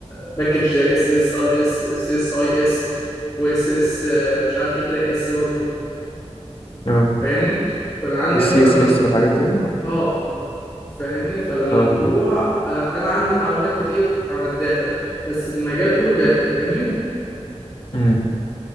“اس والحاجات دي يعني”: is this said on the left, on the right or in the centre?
Left